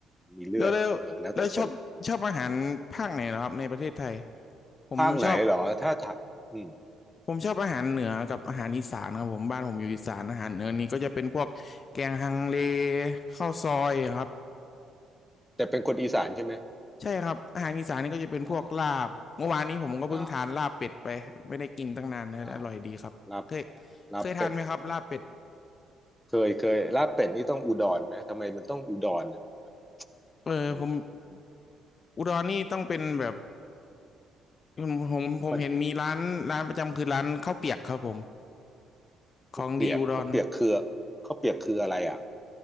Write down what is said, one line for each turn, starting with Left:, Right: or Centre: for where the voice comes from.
Centre: มีเลือดเออแล้วแต่คน
Left: แล้วแล้วแล้วชอบชอบอาหารภาคไหนเหรอครับในประเทศไทยผมชอบ
Centre: ภาคไหนเหรอถ้าถามอืม
Left: ผมชอบอาหารเหนือกับอาหารอีสานครับผมบ้านผมอยู่อีสานอาหารเหนือนี่ก็จะเป็นพวกแกงฮังเลข้าวซอยครับ
Centre: แต่เป็นคนอีสานใช่ไหม
Left: ใช่ครับอาหารอีสานนี่ก็จะเป็นพวกลาบเมื่อวานนี้ผมก็เพิ่งทานลาบเป็ดไปไม่ได้กินตั้งนานนะอร่อยดีครับเคย
Centre: อ๋อลาบลาบ ลาบลาบเป็ด
Left: เคยทานไหมครับลาบเป็ด
Centre: เคยเคยลาบเป็ดนี่ต้องอุดรไหมทำไมมันต้องอุดรเนี่ยมันแบบ
Left: เออผม
Centre: มันมัน
Left: อุดรนี่ต้องเป็นแบบผมผมผมเห็นมีร้านร้านประจำคือร้านข้าวเปียกครับผม
Centre: มันข้าวเปียกข้าวเปียกคือ
Left: ของดีอุดร
Centre: ข้าวเปียกคืออะไรอ่ะ